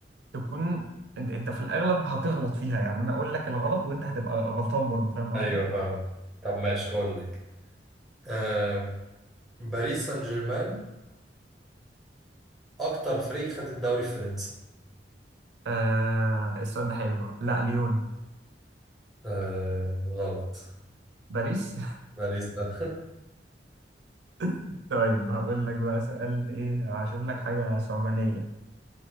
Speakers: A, on the right (about 70°); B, in the centre.
A: تكون أنت أنت في الأغلب هتغلط فيها يعني أنا أقول لك الغلط وأنت هتبقى غلطان برضه فاهم قصدي؟
B: ايوه فاهم طب ماشي هقول لك آه باريس سان جيرمان اكتر فريق خد الدوري الفرنسي
A: آه السؤال ده حلو لا ليون
B: آه غلط
A: باريس
B: باريس ده
A: <laughs> طيب هقول لك بقى سؤال إيه هشوف لك حاجة صعبانية